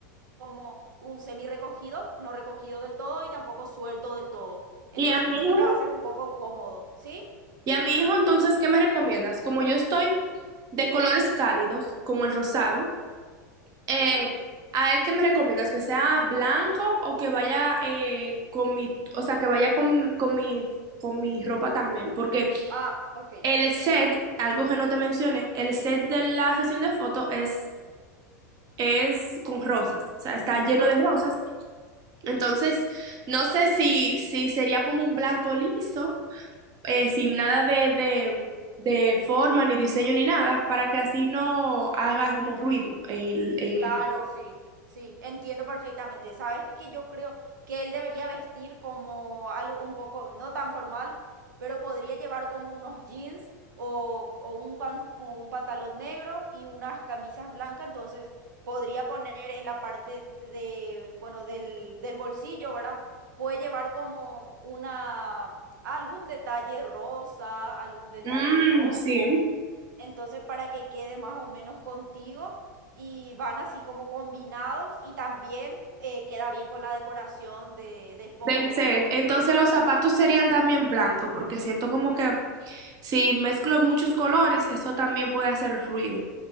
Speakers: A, on the right; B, on the right.
A: como un semi recogido, no recogido del todo y tampoco suelto del todo. Entonces
B: ¿Y a mi
A: creo
B: hijo?
A: que te va a ser un poco cómodo, ¿sí?
B: ¿Y a mi hijo entonces qué me recomiendas? Como yo estoy de colores cálidos, como el rosado. Eh,
A: Sí.
B: ¿a él qué me recomiendas? ¿Que sea blanco o que vaya eh, con mi, o sea, que vaya con, con mi, con mi ropa también? Porque
A: Ah, ok.
B: el set, algo que no te mencioné, el set de la sesión de fotos es, es con rosas, o sea, está lleno
A: Ah,
B: de rosas. Entonces, no sé si, si sería como un blanco liso, eh, sin nada de, de, de forma, ni diseño, ni nada, para que así no haga como ruido en, en...
A: claro, sí, sí, entiendo perfectamente. Sabes que yo creo que él debería vestir como algo un poco no tan formal, pero podría llevar como unos jeans o, o un pan- o un pantalón negro y unas camisas blancas. Entonces podría poner en la parte de, bueno, del, del bolsillo, ¿verdad? Puede llevar como una, algún detalle rosa, algún detalle
B: Mm,
A: rojo
B: sí.
A: Entonces, para que quede más o menos contigo y van así como combinados y también eh, queda bien con la decoración de, de fondo,
B: Del set.
A: ¿verdad?
B: Entonces los zapatos serían también blancos, porque siento como que si mezclo muchos colores, eso también puede hacer ruido.